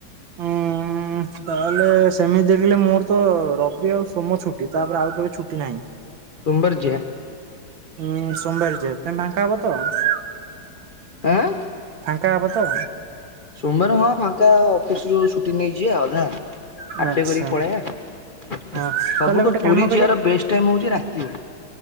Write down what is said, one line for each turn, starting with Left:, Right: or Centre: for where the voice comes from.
Right: ହଁ ତାହେଲେ ସେମିତି ଦେଖିଲେ ମୋର ତ ରବି ଆଉ ସୋମ ଛୁଟି ତାପରେ ଆଉ କେବେ ଛୁଟି ନାହିଁ?
Left: ସୋମବାରେ ଯିବା।
Right: ହୁଁ ସୋମବାରରେ ଯିବା ତମେ ଫାଙ୍କା ହବ ତ?
Left: ଆଁ
Right: ଫାଙ୍କ ହେବା ତ?
Left: ସୋମବାର ହଁ ଫାଙ୍କା ଅଫିସରୁୁ ଛୁଟି ନେଇଯିବା ଅଧା। ଆଟେ
Right: ଆଚ୍ଛା।
Left: କରିକି ପଳେଇବା
Right: ହଁ
Left: ସବୁଠୁ
Right: ତାହେଲେ ଗୋଟେ
Left: ପୁରୀ
Right: କାମ କରିବା
Left: ଯିବାର ବେଷ୍ଟ ଟାଇ ହଉଛି ରାତି ଓଳି